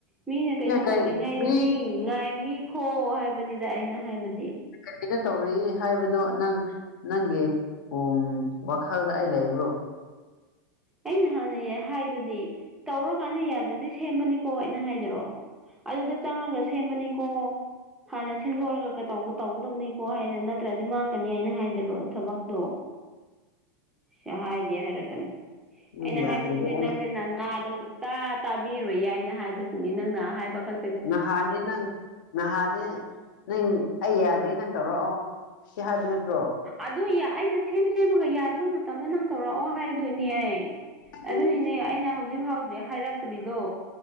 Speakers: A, in the centre; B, on the left.
A: ꯃꯤꯅ ꯀꯩꯅꯣ
B: ꯀꯩ
A: ꯇꯧꯔꯤꯉꯩꯗꯗꯤ
B: ꯃꯤ
A: ꯉꯥꯏꯕꯤ ꯍꯣ ꯍꯥꯏꯕꯅꯤꯗ ꯑꯩꯅ ꯍꯥꯏꯕꯅꯤ
B: ꯀꯔꯤꯅ ꯇꯧꯔꯤ ꯍꯥꯏꯕꯗꯣ ꯅꯪ ꯅꯪꯒꯤ ꯎ ꯋꯥꯈꯜꯗ ꯑꯩ ꯂꯩꯕ꯭ꯔꯣ
A: ꯑꯩꯅ ꯍꯥꯟꯅ ꯍꯥꯏꯗꯨꯗꯤ ꯇꯧꯔꯀꯥꯟꯗ ꯌꯥꯗ꯭ꯔꯗꯤ ꯁꯦꯝꯕꯅꯤꯀꯣ ꯑꯩꯅ ꯍꯥꯏꯗꯔꯛꯑꯣ ꯑꯗꯨꯗ ꯆꯪꯉꯒ ꯁꯦꯝꯕꯅꯤꯀꯣ ꯍꯥꯟꯅ ꯁꯤꯟꯗꯣꯔꯒꯧꯕ ꯇꯧꯒꯗꯕꯅꯤꯀꯣ ꯍꯥꯏꯗꯅ ꯅꯠꯇ꯭ꯔꯗꯤ ꯃꯥꯡꯒꯅꯤ ꯍꯥꯏꯅ ꯍꯥꯏꯗꯔꯣ ꯊꯕꯛꯇꯣ ꯁꯤ ꯍꯥꯏꯗꯤꯦ ꯍꯥꯏꯔꯛꯀꯅꯤ
B: ꯅꯪ
A: ꯑꯩꯅ ꯍꯥꯏꯕꯁꯤꯗꯤ
B: ꯌꯥꯗ꯭ꯔꯗꯤ
A: ꯅꯪꯗꯤ
B: ꯑꯩ
A: ꯅꯅꯥꯗ ꯁꯨꯛꯇ ꯇꯥꯕꯤꯔꯣꯏ ꯌꯥꯏꯅ ꯍꯥꯏꯕꯕꯁꯤꯅꯤ ꯅꯪꯅ ꯍꯥꯏꯕ ꯈ
B: ꯅꯍꯥꯟꯅꯦ ꯅꯪ ꯅꯍꯥꯟꯅꯦ ꯅꯪ ꯑꯩ ꯌꯥꯗꯦ ꯅꯪ ꯇꯧꯔꯛꯑꯣ ꯁꯤ ꯍꯥꯏꯕ ꯅꯠꯇ꯭ꯔꯣ
A: ꯑꯗꯨ ꯑꯩꯅ ꯁꯦꯝ ꯁꯦꯝꯃꯒ ꯌꯥꯗꯕ ꯃꯇꯝꯗ ꯅꯪ ꯇꯧꯔꯛꯑꯣ ꯍꯥꯏꯗꯣꯏꯅꯦ ꯑꯦ
B: ꯑꯗꯨ
A: ꯑꯗꯨꯅꯤꯅꯦ ꯑꯩꯅ ꯍꯧꯖꯤꯛ ꯍꯥꯎꯗ꯭ꯔꯦ ꯍꯥꯏꯔꯛꯇ꯭ꯔꯤꯗꯣ